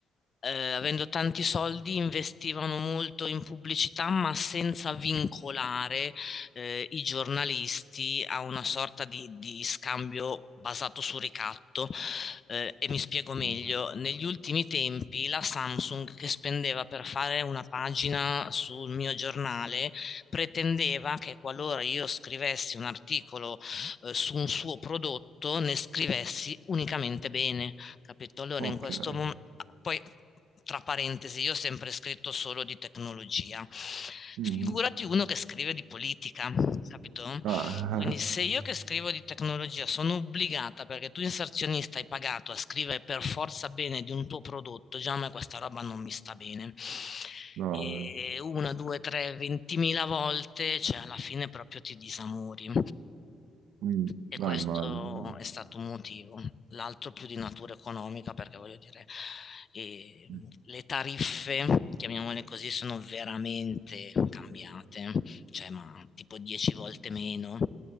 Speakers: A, on the left; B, on the right.
A: eh, avendo tanti soldi investivano molto in pubblicità, ma senza vincolare eh, i giornalisti a una sorta di, di scambio basato su ricatto. Eh, e mi spiego meglio,
B: ok.
A: negli ultimi tempi la Samsung che spendeva per fare una pagina sul mio giornale pretendeva che qualora io scrivessi un articolo, eh, su un suo prodotto, ne scrivessi unicamente bene capito? Allora
B: Ok.
A: in questo momento, poi tra parentesi, io ho sempre scritto solo di tecnologia.
B: Mm.
A: Figurati uno che scrive di politica, capito?
B: Ah,
A: Quindi se io che scrivo di tecnologia sono obbligata, perché tu inserzionista hai pagato a scrivere per forza bene di un tuo prodotto, già a me questa roba non mi sta bene.
B: <laughs> no,
A: E una, due, tre, ventimila volte, cioè alla fine proprio ti disamori.
B: mm,
A: E
B: no,
A: questo
B: immagino. no.
A: è stato un motivo. L'altro più di natura economica, perché voglio dire, eh,
B: Mm.
A: le tariffe, chiamiamole così, sono veramente cambiate cioè ma tipo 10 volte meno.